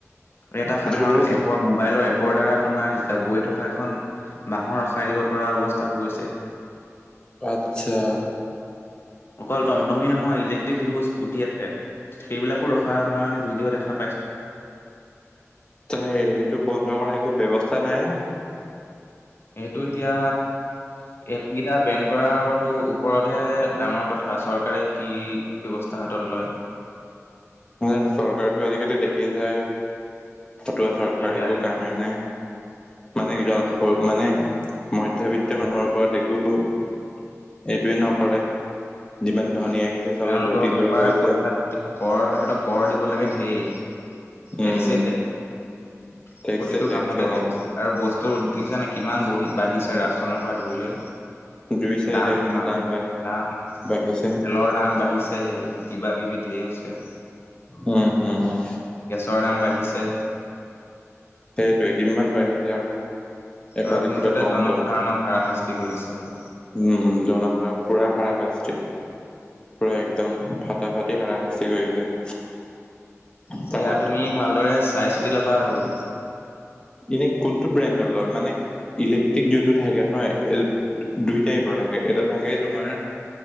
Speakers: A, on the left; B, on the left.
A: এটা
B: সেইটো
A: সাধাৰণ
B: বহুত
A: এপৰ মোবাইলৰ এপ ৰ দ্বাৰা তোমাৰ গৈ থকা এখন বাঁহৰ ৰখাই দিব পৰা অৱস্থা হৈ গৈছে।
B: আত্ছা
A: অকল টমটমেই নহয় ইলেক্ট্ৰিক যোনবোৰ স্কুটি আছে সেইবিলাকো ৰ হয় মই ভিডিঅ' দেখা পাইছো।
B: এইটো বন্ধ কৰা একো ব্যৱস্থা নাই নে?
A: এইটো এতিয়া এপ কেইটা বেন কৰাৰ ওপৰতহে ডাঙৰ কথা চৰকাৰে কি ব্যৱস্থা ৰাস্ত হাতত লয়।
B: ন চৰকাৰতটো আজিকালি দেখি যায়। ফতুৱা চৰকাৰ
A: সেয়াই
B: একো কামেই নাই। মানে মানে মধ্যবিত্তৰ মানুহৰ ওপৰত একো। এইটোৱেই নকৰে। যিমান ধনী
A: উ
B: আহিছে চবে
A: তেওঁলোকৰ
B: লুটি লৈ
A: পৰা
B: গৈছে
A: পইচা কৰ সিহঁতক কৰ দিব লাগে ধেৰ। টেক্সিতে
B: উম
A: প্ৰতিটো
B: টেক্সে টেক্স
A: কামতে
B: অ
A: টেক্ছ আৰু বস্তু দেখিছে নে কিমান বহি বাঢ়িছে ৰাচনৰ পৰা ধৰি
B: দুই চাৰি
A: দাম কিমান
B: বাঢ়িছে
A: দাম
B: বাঢ়িছে
A: তেলৰ দাম বাঢ়িছেহে এইবোৰ কিবা কিবি ঢেৰ আছে।
B: উম উম উম
A: গেছৰ দাম বাঢ়িছে।
B: সেইটোৱে কিমান বাঢ়িছে আকৌ।
A: চব
B: এফালে
A: মুঠতে
B: কিবা টমটম
A: জনসাধাৰণক হাৰাশাস্তি কৰিছে আৰু
B: উম জনাশৰা পুৰা হাৰ কষ্টি পুৰা একদম ফটা ফাটি হাৰাশাস্তি কৰিছে
A: এতিয়াও
B: তাহাঁত
A: তুমি ভালদৰে চাই চিতি লবা আৰু
B: এনে কোনটো ব্ৰেণ্ডৰ লয় মানে ইলেক্ট্ৰিক যোনটো থাকে নহয় দুই টাইপৰ থাকে এটা থাকে তোমাৰ